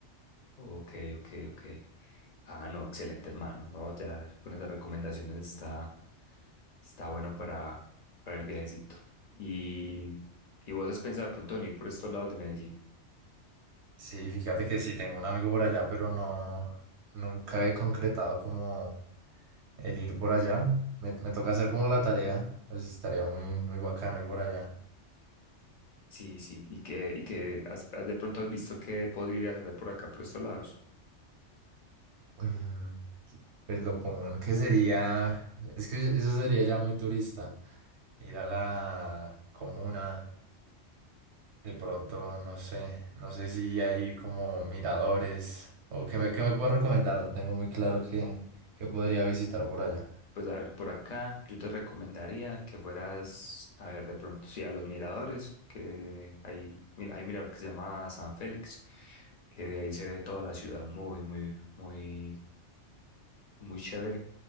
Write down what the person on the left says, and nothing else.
Ok, ok, ok. Ah, no, excelente, hermano. No, ya con esas recomendaciones está, está bueno para, para el viajecito. Y, y vos has pensado de pronto venir por estos lados de Medellín.
Sí, sí, y que, y que has- has- de pronto has visto qué podrías hacer por acá, por estos lados.
Pues a ver, por acá yo te recomendaría que fueras, a ver, de pronto sí a los miradores, que hay, mira, hay un mirador que se llama San Félix, que de ahí se ve toda la ciudad muy, muy, muy muy chévere.